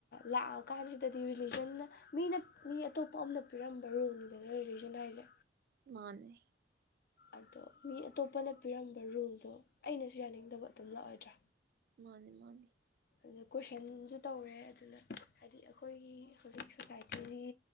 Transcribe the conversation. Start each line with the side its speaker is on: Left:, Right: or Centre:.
Left: ꯂꯥꯛꯑꯀꯥꯟꯁꯤꯗꯗꯤ ꯔꯤꯂꯤꯖꯟꯅ ꯃꯤꯅ ꯃꯤ ꯑꯇꯣꯞꯄ ꯑꯃꯅ ꯄꯤꯔꯝꯕ ꯔꯣꯜꯅꯤꯗꯅ ꯔꯤꯂꯤꯖꯟ ꯍꯥꯏꯁꯦ
Right: ꯃꯥꯅꯦ
Left: ꯑꯗꯣ ꯃꯤ ꯑꯇꯣꯞꯄꯅ ꯄꯤꯔꯝꯕ ꯔꯨꯜꯗꯣ ꯑꯩꯅꯁꯨ ꯌꯥꯅꯤꯡꯗꯕ ꯑꯗꯨꯝ ꯂꯥꯛꯑꯣꯏꯗ꯭ꯔꯥ
Right: ꯃꯥꯅꯤ ꯃꯥꯅꯤ
Left: ꯑꯗꯨꯗ ꯀꯣꯏꯁꯟꯁꯨ ꯇꯧꯔꯦ ꯑꯗꯨꯅ ꯍꯥꯏꯗꯤ ꯑꯩꯈꯣꯏꯒꯤ ꯍꯧꯖꯤꯛ ꯁꯣꯁꯥꯏꯇꯤꯁꯤꯒꯤ